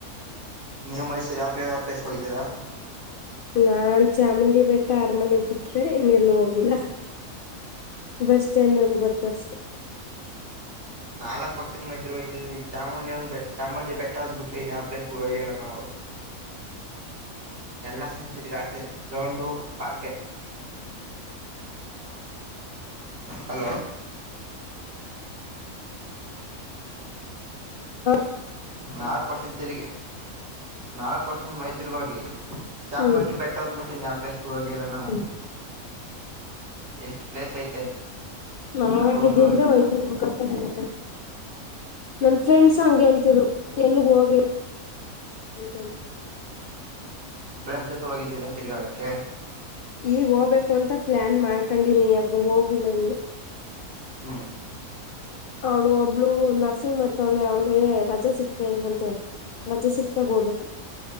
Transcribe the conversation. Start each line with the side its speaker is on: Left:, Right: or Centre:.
Right: ನೀವು ಮೈಸೂರು ಯಾವ್ಲ ಯಾವ ಪಲೇಸ್ ಹೋಗಿದ್ದೀರ
Left: ನಾನ್ ಚಾಮುಂಡಿ ಬೆಟ್ಟ ಆರಮನೆ ಬಿುಟ್ರೆ ಇನ್ನೆಲ್ಲ ಹೋಗಿಲ್ಲ ಬಸ್ ಸ್ಟ್ಯಾಂಡ್ ಒಂದ ಗೊತ್ತ ಅಷ್ಟೆ
Right: ನಾಲ್ಕ್ ವರ್ದಿಂದ ಮೈಸೂರು ಹೋಗಯತವಿ ಚಾಮುಂಡಿ ಒಂದ್ ಚಾಮುಂಡಿ ಬೆಟ್ಟ ಒಂದ್ ಬಿಟ್ರಿನ್ಯಾವ್ ಪ್ಲೇಸ್ಗೆ ಹೋಗಿಲ್ಲ ನಾವು ಎಲ್ಲ ಸತರಿಗಡ್ ಗ್ರೌಂಡು ಪಾರ್ಕ ನ ಹಲೋ
Left: ಹ್ಮ್
Right: ನಾಲ್ಕು ವರ್ಷಿಂದ ತೆರಿಗೆ ನಾಲ್ಕು ವರ್ಷಿಂದ ಮೈಸೂರಿಗೆ ಹೋಗಿ ಚಾಮುಂಡಿ
Left: ಹ್ಮ್
Right: ಬೆಟ್ಟ ಅಂದ್ಬ ಬಿಟ್ಟಿ ಯಾವ ಪ್ಲೇಸ್ಗೆ ಹೋಗಲ್ಲ ನಾವು
Left: ಹ್ಮ್
Right: ಎಷ್ಟ್ ಪ್ಲೇಸ್ ಐತೆ
Left: ನಾವಾಗಿದ್ದಿದ್ರೆ
Right: ಅರ ಒಂದು ಹೋಗಿಲ್ಲ
Left: ಹೊಯ್ತಕಪ್ಪ
Right: ನಾವು
Left: ಎಲ್ಲ ನನ್ ಫ್ರೆಂಡ್ಸ್ ಹಂಗಗೆ ಅಂತರು ಎಲ್ಗ ಹೋಗಿ <inaudible> ಹಂತ <inaudible>
Right: ಫ್ರೆಂಚ್ ಜೊತೆ ಹೋಗಿದ್ದೀರಾ ತಿರ್ಗಾಡೊಕೆ ಕ್ಕೆ <inaudible>
Left: ಈಗ್ ಹೋಗಬೇಕು ಅಂತ ಪ್ಲಾನ್ ಮಾಡ್ಕೊಂಡನಿ ಆದ್ರೂ ಹೋಗಿಲ್ಲ ಇನ್ನು <inaudible>
Right: ಹ್ಮ್ <unintelligible>
Left: ಅವಳು ಒಬ್ಳು ನರ್ಸಿಂಗ್ ಮಾಡ್ತಾವಳೆ ಅವಳಿಗೆ ರಜೆ ಸಿಕ್ತೆನಂತೆ <inaudible> ರಜೆ ಸಿಕ್ತಾ ಹೋಗ್ಬೇಕು <inaudible>